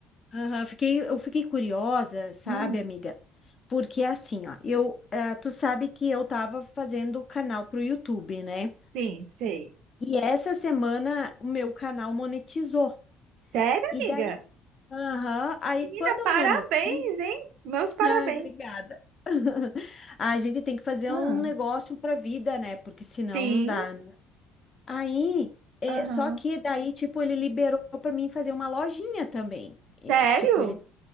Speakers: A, on the left; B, on the right.
A: Aham, fiquei, eu fiquei curiosa, sabe,
B: Hum,
A: amiga? Porque assim, ó, eu, eh, tu sabe que eu tava fazendo canal pro YouTube, né?
B: sim, sei.
A: E essa semana o meu canal monetizou.
B: Sério,
A: E
B: amiga?
A: daí, aham, aí
B: Menina,
A: quando eu
B: parabéns,
A: monetizo, <laughs>
B: hein? Meus parabéns.
A: ai, obrigada. <laughs> A gente tem que fazer
B: Ah,
A: um negócio pra vida, né? Porque senão
B: sim,
A: não dá, né? Aí, eh,
B: aham.
A: só que daí, tipo, ele liberou pra mim fazer uma lojinha também. Eh,
B: Sério?
A: tipo, ele